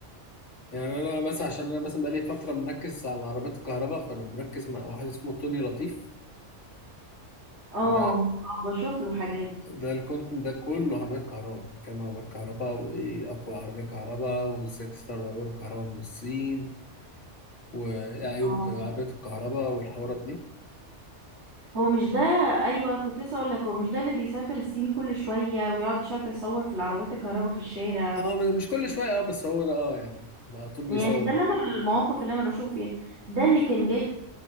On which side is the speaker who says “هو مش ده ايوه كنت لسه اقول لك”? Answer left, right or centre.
Right